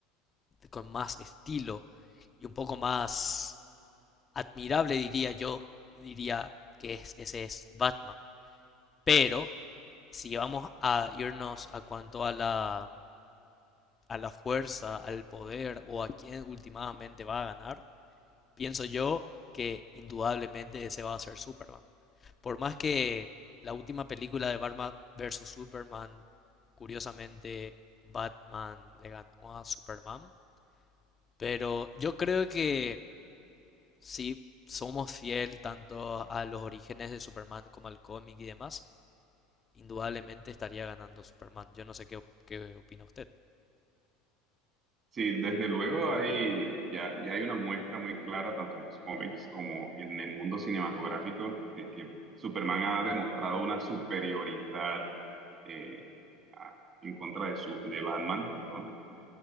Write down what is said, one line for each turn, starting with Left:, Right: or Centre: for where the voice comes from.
Left: con más estilo y un poco más admirable, diría yo, diría que es- ese es Batman. Pero si vamos a irnos a cuanto a la, a la fuerza, al poder o a quién últimamente va a ganar, Pienso yo que indudablemente ese va a ser Superman. Por más que la última película de Batman versus Superman, curiosamente, Batman le ganó a Superman, pero yo creo que si somos fiel tanto a los orígenes de Superman como al cómic y demás, indudablemente estaría ganando Superman. Yo no sé qué, op- qué opina usted.
Right: Sí, desde luego hay, ya, ya hay una muestra muy clara, tanto en los cómics como en el mundo cinematográfico, de que Superman ha demostrado una superioridad eh, a- en contra de, su, de Batman, perdón,